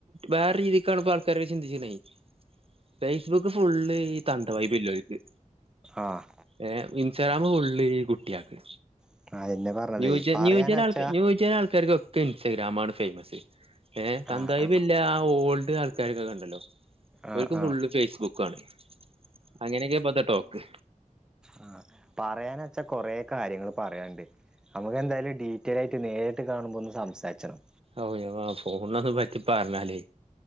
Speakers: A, on the right; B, in the centre.
A: വേറെ രീതിക്കണപ്പോൾ ആൾക്കാർെ ചിന്തിക്കുന്നായി ഫേസ്ബുക്ക് ഫുള്ള് ഈ തന്തവായ ബല്ലക്ക്
B: ആഹ്
A: ഏ ഇൻസ്റ്റാഗ്രാമ കൊള്ള ഈ കുട്ടിയക്ക്
B: <unintelligible>
A: ന്യൂ
B: പറയാനച്ചാ
A: ന്യൂജ ന്യൂജൻ ആൾക്കാർക്കൊക്കെ ഇൻസ്റ്റഗ്രാാം ആണ് ഫേമസ് ഏ സന്തായിപ്പ
B: ആഹ് ആഹ്
A: ഇല്ല ആ ഓൾഡ് ആൾക്കാാരക്കൊക്കെ ണ്ടല്ലോ
B: ആഹ്
A: ഒക്ക് ഫുള്ള്
B: ആഹ്
A: ഫേസ്ബുക്ക് ആണ് അങ്ങനെയൊക്കെപ്പത്തെ ടോക്ക്
B: ആ പറയാന വച്ചാ കൊറ കാര്യങ്ങൾ പറയാനണ്ട് നമുക്ക് എന്തായാലും ഡ കൃറ്റയരായിട്ട് നേരിട്ട് കാണുമ്പോ ഒന്ന് സംസാരിച്ചണം
A: ഓ ഫോണിന ഒന്നന്ന് പറ്റി പറഞ്ഞാലേ